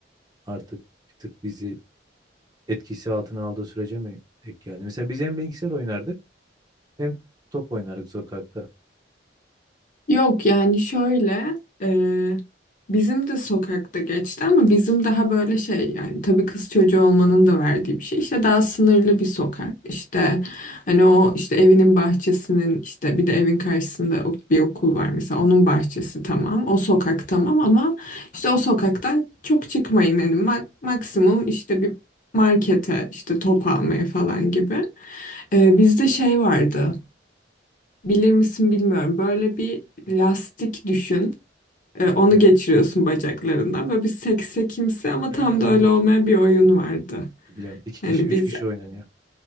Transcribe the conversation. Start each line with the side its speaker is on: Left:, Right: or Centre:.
Right: artık bir tık bizi etkisi altına aldığı sürece mi denk geldi? Mesela biz hem bilgisayar oynardık hem top oynardık sokakta.
Left: Yok yani şöyle e, bizim de sokakta geçti ama bizim daha böyle şey yani tabii kız çocuğu olmanın da verdiği bir şey işte daha sınırlı bir sokak işte hani o işte evinin bahçesinin işte bir de evin karşısında o- bir okul var mesela onun bahçesi tamam o sokak tamam ama işte o sokaktan çok çıkmayın hani mak- maksimum işte bir markete işte top almaya falan gibi. E, bizde şey vardı. Bilir misin bilmiyorum. Böyle bir lastik düşün. Ee, onu
Right: Hı hı.
Left: geçiriyorsun bacaklarından. Böyle bir seksekimsi ama
Right: Hmm.
Left: tam da öyle olmayan bir oyun vardı.
Right: Biliyorum. İki kişi,
Left: Yani
Right: üç
Left: biz
Right: kişi oynanıyor.